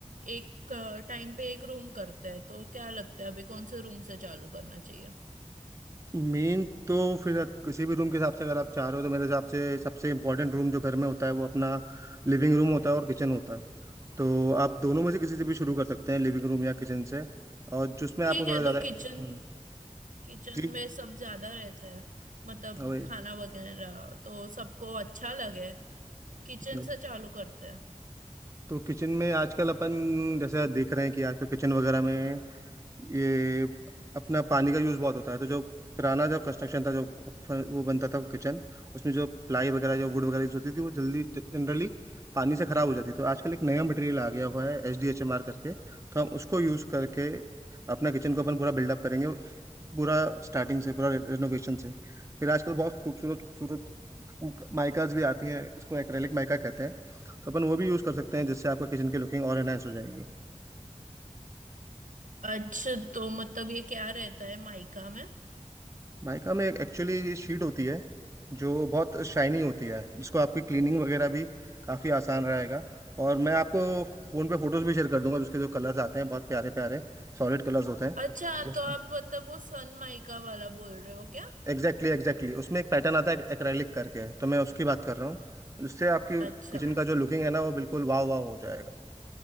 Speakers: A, on the right; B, on the right.
A: एक टाइम पे एक रूम करते हैं तो क्या लगता है अभी कौन से रूम से चालू करना चाहिए
B: मेन तो फिर किसी भी रूम के हिसाब से अगर आप चाह रहे हो तो मेरे हिसाब से सबसे इंपॉर्टेंट रूम जो घर में होता है वो अपना लिविंग रूम होता है और किचन होता है तो आप दोनों में से किसी से भी शुरू कर सकते हैं लिविंग रूम या किचन से और जिसमें आपको
A: ठीक
B: थोड़ा
A: है
B: ज़्यादा
A: तो किचन
B: हम्म,
A: किचन
B: जी
A: में सब ज्यादा रहते हैं मतलब
B: हाँ, वही
A: खाना वगैरह तो सबको अच्छा लगे किचन
B: वही
A: से चालू करते हैं
B: तो किचन में आजकल अपन जैसे देख रहे हैं कि आजकल किचन वगैरह में ये अपना पानी का यूज़ बहुत होता है तो जो पुराना जो कंस्ट्रक्शन था जो फ- वो बनता था किचन उसमें जो प्लाई वगैरह जो वुड वगैरह यूज होती थी वो जल्दी जनरली पानी से ख़राब हो जाती तो आजकल एक नया मटेरियल आ गया हुआ है H D H M R करके तो हम उसको यूज़ करके अपना किचन को अपन पूरा बिल्डअप करेंगे पूरा स्टार्टिंग से पूरा रिनोवेशन से फिर आजकल बहुत खूबसूरत खूबसूरत माइकाज भी आती हैं इसको एक्रेलिक माइका कहते हैं तो अपन वो भी यूज़ कर सकते हैं जिससे आपका किचन की लुकिंग और एनहांस हो जाएगी
A: अच्छा तो मतलब ये क्या रहता है माइका में
B: माइका में एक्चुअली ये शीट होती है जो बहुत शाइनी होती है जिसको आपकी क्लीनिंग वगैरह भी काफ़ी आसान रहेगा और मैं आपको फ़ोन पे फोटोज़ भी शेयर कर दूंगा जिसके जो कलर्स आते हैं बहुत प्यारे प्यारे सॉलिड कलर्स होते हैं
A: अच्छा
B: उसमें
A: तो आप मतलब वो सन माइका वाला बोल रहे हो क्या
B: एग्जैक्टली एग्जैक्टली उसमें एक पैटर्न आता है एक्रेलिक करके तो मैं उसकी बात कर रहा हूँ जिससे आपकी
A: अच्छा
B: किचन का जो लुकिंग है ना वो बिल्कुल वाह वाह हो जाएगा